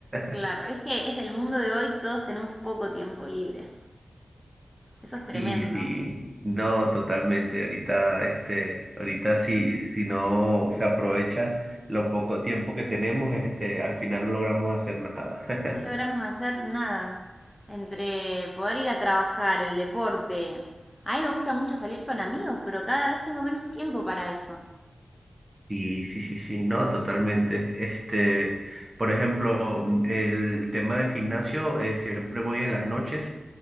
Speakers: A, in the centre; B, on the right.
A: Claro,
B: <laughs>
A: es que es el mundo de hoy, todos tenemos poco tiempo libre. Eso es tremendo.
B: Sí, sí, no, totalmente. Ahorita, este, ahorita si, si no se aprovecha lo poco tiempo que tenemos, este, al final no logramos hacer nada. <laughs>
A: No logramos hacer nada. Entre poder ir a trabajar, el deporte. A mí me gusta mucho salir con amigos, pero cada vez tengo menos tiempo para eso.
B: Sí, sí, sí, sí, no, totalmente. Este, por ejemplo, mm, el tema del gimnasio, eh, siempre voy en las noches